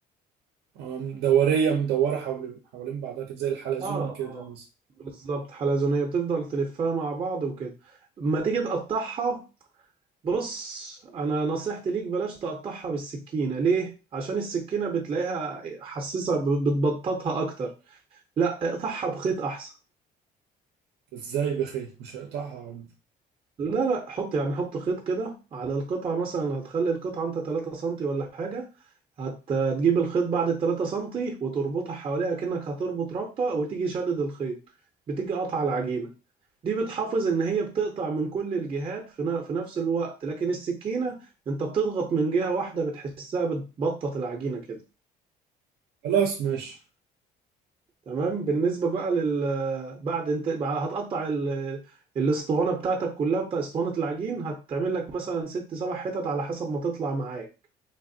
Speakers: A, on the right (about 80°); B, on the right (about 35°).
A: آه دورية مدورة حوالين حوالين بعضها كده زي الحلزون
B: اه
A: كده
B: اه
A: مثلا
B: بالظبط حلزونية بتفضل تلفها مع بعض وكده ما تيجي تقطعها بص انا نصيحتي ليك بلاش تقطعها بالسكينة ليه عشان السكينة بتلاقيها حساسة ب- بتبططها اكتر لا اقطعها بخيط احسن
A: إزاي بخيط مش هيقطعها عمر
B: لا لا حط يعني حط خيط كده على القطعة مثلا هتخلي القطعة انت 3 سنتي ولا حاجة هت- هتجيب الخيط بعد ال 3 سنتي وتربطها حواليها كأنك هتربط رابطة وتيجي شدد الخيط بتيجي قطع العجينة دي بتحافظ ان هي بتقطع من كل الجهات في ن- في نفس الوقت لكن السكينة انت بتضغط من جهة واحدة بتحسها بتبطط العجينة كده
A: خلاص ماشي
B: تمام بالنسبة بقى لل بعد انت بقى هتقطع ال... الاسطوانة بتاعتك كلها بتاع اسطوانة العجين هتعمل لك مثلا ست سبع حتت على حسب ما تطلع معاك